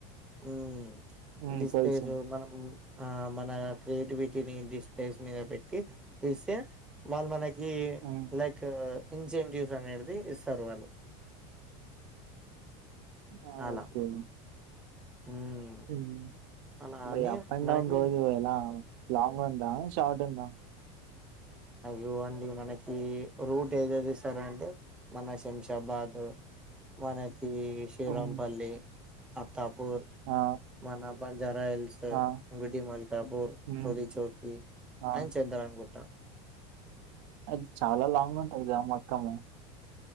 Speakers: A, in the centre; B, on the right.
A: హుమ్
B: హ్మ్
A: డిస్స్లేస్
B: తెలుసు.
A: మనం ఆ మన క్రియేట్విటీని డిస్ప్లేస్ మీద పెట్టి ఇస్తే వాళ్ళు మనకి ఈ
B: హ్మ్.
A: లైక్ ఇన్సెంటివ్స్ అనేడ్ది ఇస్తరు వాళ్ళు
B: ఆ
A: అలా
B: ఓకేండి
A: మ్మ్
B: హుమ్
A: అలా
B: మరి
A: అని
B: అప్ అండ్
A: మనకి
B: డౌన్ రోజు ఎలా లాంగుందా షార్టుందా
A: అయ్యొ అండి మనకి రూట్ ఏదేదిస్తారంటే మన శంషాబాద్ మనకీ శివరాంపల్లి
B: హ్మ్.
A: అత్తాపూర్
B: ఆ!
A: మన బంజారల్స్
B: ఆ!
A: గుడోమల్కాపూర్
B: హ్మ్.
A: టోలి చౌకి
B: ఆ!
A: అండ్ చంద్రాయన్ గుట్ట
B: అది చాలా లాంగుంటది కదా ఆ మొత్తము